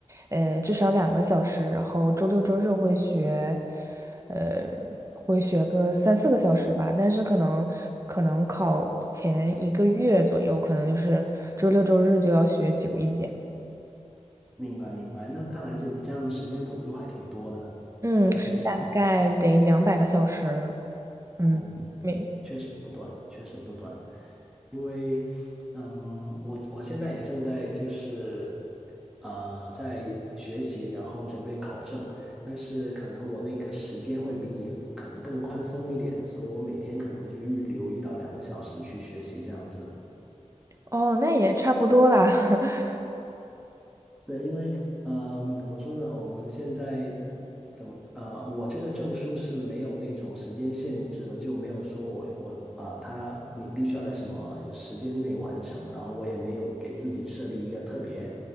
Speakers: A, on the right; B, in the centre.
A: 呃，至少两个小时，然后周六周日会学，呃，会学个三四个小时吧，但是可能可能考前一个月左右，可能就是周六周日就要学久一点，
B: 明白明白。那看来这你这样的时间投入还挺多的，
A: 嗯，
B: 在这个上。
A: 是大概得两百个小时。嗯，
B: 哦，
A: 没，
B: 确实不短，确实不短，因为，嗯，我我现在也正在就是，呃，在学习，然后准备考证，但是可能我那个时间会比你可能更宽松一点，所以我每天可能就预留一到两个小时去学习这样子。
A: 哦，那也差不多啦。<laughs>
B: 对，因为嗯、怎么说呢？我们现在怎么呃，我这个证书是没有那种时间限制的，就没有说我我啊、呃，他你必须要在什么时间内完成，然后我也没有给自己设立一个特别